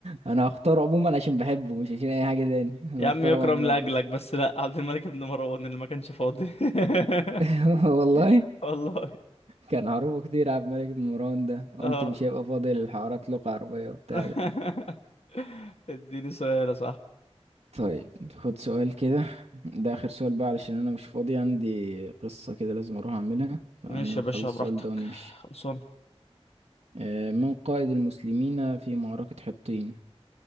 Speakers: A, on the right (about 80°); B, on the left (about 65°).
A: انا هختاره عموما عشان بحبه مش عشان اي حاجه تاني انا
B: يا عم
A: هختار
B: يكرم
A: عمر بن
B: لاجلك
A: عبد العزيز
B: بس لا عبد الملك ابن مروان اللي ما كانش فاضي <laughs>
A: <laughs> والله
B: والله
A: كان عروضه كتير عبد الملك بن مروان ده قلت
B: اه
A: مش هيبقى فاضي للحوارات لغة عربية وبتاع
B: <laughs>
A: ده
B: اديني سؤال يا صاحبي
A: طيب خد سؤال كده ده آخر سؤال بقى علشان أنا مش فاضي عندي قصة كده لازم أروح أعملها فنخلص
B: ماشي يا باشا براحتك
A: السؤال ده ونمشي
B: خلصان
A: آه، من قائد المسلمين في معركة حطين